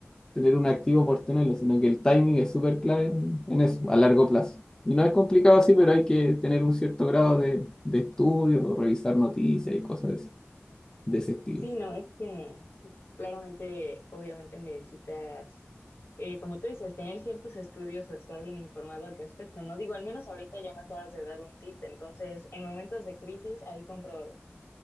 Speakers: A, on the left; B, on the left.
A: tener un activo por tenerlo, sino que el timing es súper clave en, en eso, a largo plazo. Y no es complicado así,
B: mm,
A: pero hay que tener un cierto grado de, de estudio, o revisar noticias y cosas de, ese de ese estilo.
B: Sí, no, es que claramente, obviamente necesitas, eh, como tú dices, tener ciertos estudios o estar bien informado al respecto, ¿no? Digo, al menos ahorita ya me acabas de dar un tip, entonces en momentos de crisis ahí compro.